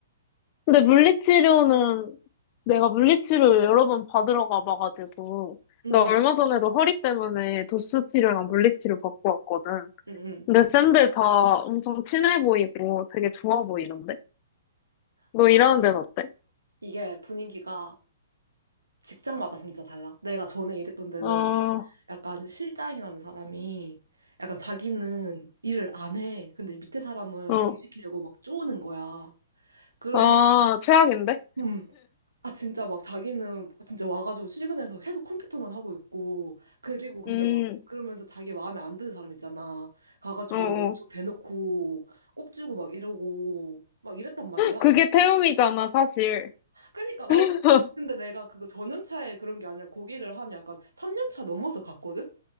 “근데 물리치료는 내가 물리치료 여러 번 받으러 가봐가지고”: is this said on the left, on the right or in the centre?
Left